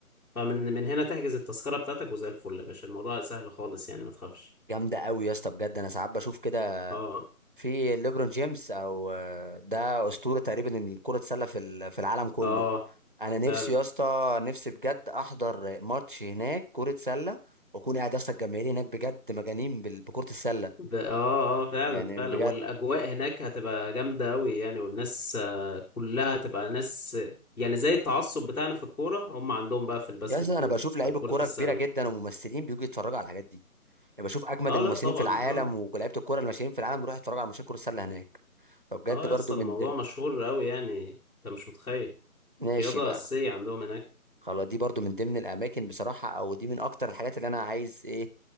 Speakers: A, on the left; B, on the right.
A: فمن من هنا تحجز التذكرة بتاعتك وزي الفل يا باشا الموضوع سهل خالص يعني ما تخافش
B: جامده قوي يا اسطى بجد انا ساعات بشوف كده
A: اه
B: في ليبرون جيمس او آه، ده اسطوره تقريبا إن كره السله في ال- في العالم كله
A: اه
B: انا نفسي
A: فعلا
B: يا اسطى نفسي بجد احضر ماتش هناك كره سله واكون قاعد يا اسطى الجماهير هناك بجد مجانين بال- بكره السله
A: ب... اه اه فعلا
B: يعني
A: فعلا
B: بجد
A: والاجواء هناك هتبقى جامده قوي يعني والناس آه، كلها هتبقى ناس آه، يعني زي التعصب بتاعنا في الكوره هم عندهم بقى في الباسكت
B: يا اسطى
A: بول
B: انا بشوف لعيبه
A: في كره
B: كوره
A: السله
B: كبيره جدا وممثلين بيجوا يتفرجوا على الحاجات دي يعني بشوف اجمد
A: اه
B: الممثلين
A: لا طبعا
B: في العالم
A: اه
B: ولعيبه الكوره اللي ماشيين في العالم بيروحوا يتفرجوا على ماتشات كره السله هناك فبجد
A: اه
B: برضو
A: يا اسطى الموضوع
B: من د-
A: مشهور قوي يعني انت مش متخيل
B: ماشي
A: رياضه
B: بقى
A: اساسيه عندهم هناك
B: خلاص دي برضو من ضمن الاماكن بصراحه او دي من اكتر الحاجات اللي انا عايز ايه